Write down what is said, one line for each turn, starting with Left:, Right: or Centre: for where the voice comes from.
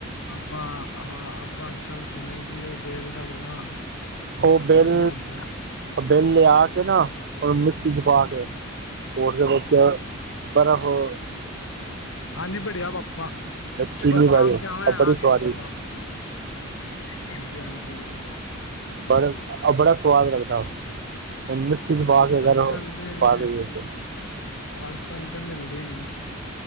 Left: ਆਪਾਂ ਹਾਂ ਆਪਾਂ ਅੱਜ ਕੱਲ ਸੁਣਿਆ ਕਿ ਉਹ ਵੇਲ ਦਾ ਬੜਾ
Right: ਉਹ ਬਿੱਲ
Left: ਵਧੀਆ ਹੁੰਦਾ ਹੈ।
Right: ਬਿੱਲ ਲਿਆ ਕੇ ਨਾ ਉਹਨੂੰ ਮਿਕਸੀ ਚ ਪਾ ਕੇ। ਸਪੋਰਟਸ ਦੇ ਵਿੱਚ ਪਰ ਉਹ,
Left: ਹਾਂਜੀ ਬੜਿਆ ਪਾਪਾ।
Right: ਵਿੱਚ ਚੀਨੀ
Left: ਬਸ ਕਾਮ
Right: ਪਾ ਦੇ
Left: ਸੇ ਆਇਆ ਹਾਂ
Right: ਬੜੀ
Left: ਆ
Right: ਸਵਾਦੀ
Left: ਕੇ ਸੋ ਹਾਂਜੀ ਹਾਂਜੀ।
Right: ਬੜਾ ਬੜਾ ਸਵਾਦ ਲਗਦਾ ਮਿਕਸੀ ਪਾ
Left: ਹਾਂਜੀ
Right: ਕੇ ਅਗਰ
Left: ਅੱਜ ਕੱਲ ਤੇ
Right: ਪਾ ਦਈ ਏ ਤੇ।
Left: ਅੱਜ ਕੱਲ ਤਾਂ ਮਿਲਦੇ ਹੀ ਨਹੀਂ